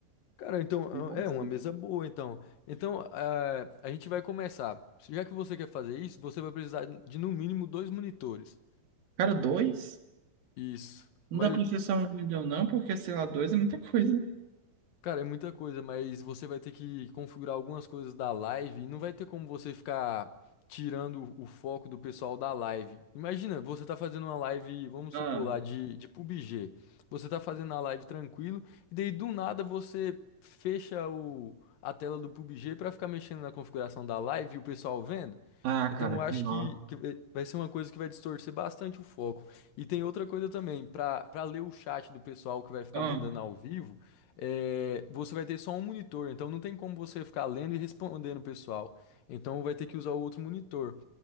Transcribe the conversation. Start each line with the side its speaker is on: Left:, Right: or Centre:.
Left: Cara, então
Right: nossa,
Left: é é uma mesa boa, então. Então, eh, a gente vai começar. Já que você quer fazer isso, você vai precisar de no mínimo dois monitores.
Right: Cara, dois?
Left: Isso.
Right: Não
Left: Mas
Right: dá pra ser só um grandão, não, porque, sei lá, dois é muita coisa.
Left: Cara, é muita coisa, mas você vai ter que configurar algumas coisas da live e não vai ter como você ficar tirando o foco do pessoal da live. Imagina, você tá fazendo uma live, vamos
Right: Ah,
Left: supor lá, de, de PUBG. Você tá fazendo a live tranquilo e daí do nada você fecha o, a tela do PUBG pra ficar mexendo na configuração da live e o pessoal vendo.
Right: ah,
Left: Então
Right: cara,
Left: eu acho
Right: pior
Left: que, que vai vai ser uma coisa que vai distorcer bastante o foco. E tem outra coisa também, pra para ler o chat do pessoal que vai ficar
Right: Ah,
Left: mandando ao vivo é, você vai ter só um monitor, então não tem como você ficar lendo e respondendo o pessoal. Então vai ter que usar o outro monitor.